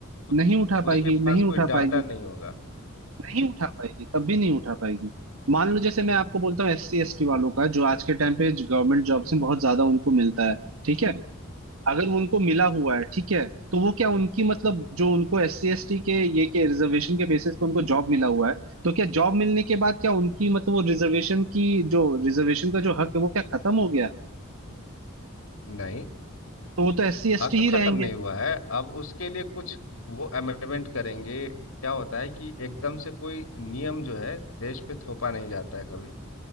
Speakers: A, on the left; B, on the right.
A: तो
B: नहीं
A: उसके
B: उठा
A: उसके
B: पाएगी नहीं
A: पास कोई
B: उठा
A: डाटा
B: पाएगी
A: नहीं होगा
B: नहीं उठा पाएगी कभी नहीं उठा पाएगी मान लो जैसे मैं आपको बोलता हूँ एस सी एस टी वालों का जो आज के टाइम पे गवर्नमेंट जॉब्स में बहुत ज्यादा उनको मिलता है ठीक है अगर उनको मिला हुआ है ठीक है तो वो क्या उनकी मतलब जो उनको एस सी एस टी के ये के रिजर्वेशन के बेसिस पे उनको जॉब मिला हुआ है तो क्या जॉब मिलने के बाद क्या उनकी मतलब वो रिजर्वेशन की जो रिजर्वेशन का जो हक है वो क्या खत्म हो गया
A: नहीं
B: तो वो तो एस सी एस
A: हक
B: टी ही
A: खत्म
B: रहेंगे
A: नहीं हुआ है अब उसके लिए कुछ वो अमेंडमेंट करेंगे क्या होता है कि एकदम से कोई नियम जो है देश पे थोपा नहीं जाता है कभी